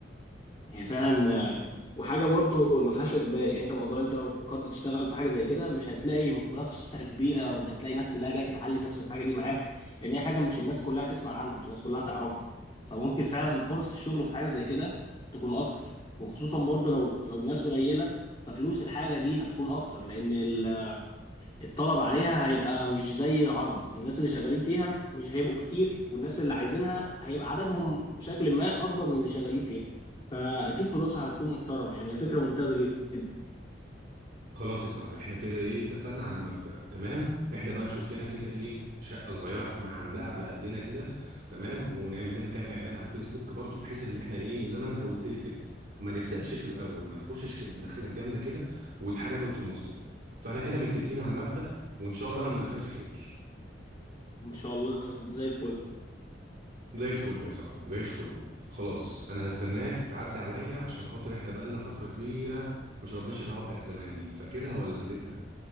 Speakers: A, on the left; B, on the right.
A: هي فعلا وحاجه برضه ما فيهاش اجبار يعني انت موضوع انت لو فكرت تشتغل في حاجه زي كده مش هتلاقي منافسه كبيره ومش هتلاقي ناس كلها جايه تتعلم نفس الحاجه دي معاك لان هي حاجه مش الناس كلها تسمع عنها مش الناس كلها تعرفها فممكن فعلا فرص الشغل في حاجه زي كده تكون اكتر وخصوصا برضه لو لو الناس قليله ففلوس الحاجه دي هتكون اكتر لان ال الطلب عليها هيبقى مش زي العرض الناس اللي شغالين فيها مش هيبقوا كتير والناس اللي عايزينها هيبقى عددهم بشكل ما أكبر من اللي شغالين فيها فأكيد فلوسها هتكون محترمة يعني هي فكرة ممتازة جدا
B: خلاص يا صاحبي احنا كده ايه اتفقنا على المبدأ تمام احنا بقى نشوف لنا كده ايه شقة صغيرة محندقة على قدنا كده تمام ونعمل لنا كام اعلان على الفيسبوك برضو بحيث اللي احنا ايه زي ما انت قلت لي كده ما نبدأش في الاول ما نخشش كده الدخلة الجامدة كده ودي حاجة تقطم وسطنا فاحنا كده متفقين على المبدأ وان شاء الله انا متفائل خير
A: إن شاء الله زي الفل
B: زي الفل يا صاحبي زي الفل خلاص انا هستناك تعدي عليا عشان خاطر احنا بقالنا فترة كبيرة ما شربناش القهوة بتاعت زمان دي فاكرها ولا نسيتها